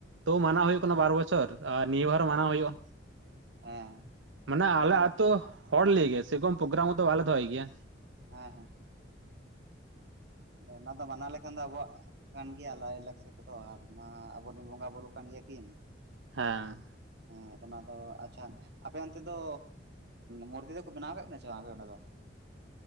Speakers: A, on the right (about 85°); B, on the right (about 60°).
A: ᱛᱳ ᱢᱟᱱᱟᱣ ᱦᱩᱭᱩᱜ ᱠᱟᱱᱟ ᱵᱟᱨ ᱵᱚᱪᱷᱚᱨ ᱟᱨ ᱱᱤᱭᱟᱹ ᱵᱟᱨ ᱢᱟᱱᱟᱣ ᱦᱩᱭᱩᱜᱼᱟ
B: ᱦᱮᱸ
A: ᱢᱟᱱᱮ
B: ᱚᱱᱟ
A: ᱟᱞᱮ
B: ᱫᱚ
A: ᱟᱹᱛᱩ ᱦᱚᱲ ᱞᱟᱹᱭ ᱜᱮᱭᱟ ᱥᱮᱨᱚᱠᱚᱢ ᱯᱨᱳᱜᱨᱟᱢ ᱠᱚᱫᱚ ᱵᱟᱞᱮ ᱫᱚᱦᱚᱭ ᱜᱮᱭᱟ
B: ᱦᱮᱸ ᱦᱮᱸ ᱟᱫᱚ ᱚᱱᱟ ᱫᱚ ᱢᱟᱱᱟᱣ ᱞᱮᱠᱷᱟᱱ ᱫᱚ ᱟᱵᱚᱣᱟᱜ ᱠᱟᱱ ᱜᱮᱭᱟ ᱞᱟᱭᱼᱞᱟᱠᱪᱟᱨ ᱠᱚᱫᱚ ᱟᱨ ᱚᱱᱟ ᱟᱵᱚᱨᱮᱱ ᱵᱚᱸᱜᱟ ᱵᱩᱨᱩ ᱠᱟᱱ ᱜᱮᱭᱟ <unintelligible> ᱠᱤᱱ
A: ᱦᱮᱸ
B: ᱦᱮᱸ ᱟᱫᱚ ᱚᱱᱟ ᱫᱚ ᱟᱪᱪᱷᱟ ᱟᱯᱮ ᱚᱱᱛᱮ ᱫᱚ ᱢᱩᱨᱛᱤ ᱫᱚᱠᱚ ᱵᱮᱱᱟᱣ ᱟᱠᱟ ᱠᱟᱱᱟ ᱪᱮ ᱵᱟᱝ ᱟᱯᱮ ᱚᱸᱰᱮ ᱫᱚ <inaudible>